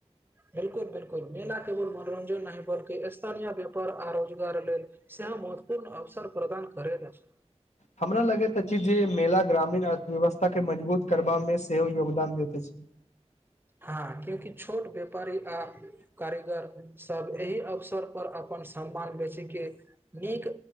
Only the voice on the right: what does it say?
बिल्कुल बिलकुल मीना केवल मनोरंजन नहि बल्कि स्थानीय व्यापार आ रोजगार लेल सेहो महत्वपूर्ण अवसर प्रदान करैत अछि
हँ क्योंकि छोट बे वापारी आ कारीगर सब एहि अवसर पर अपन सम्मान बेची के नीक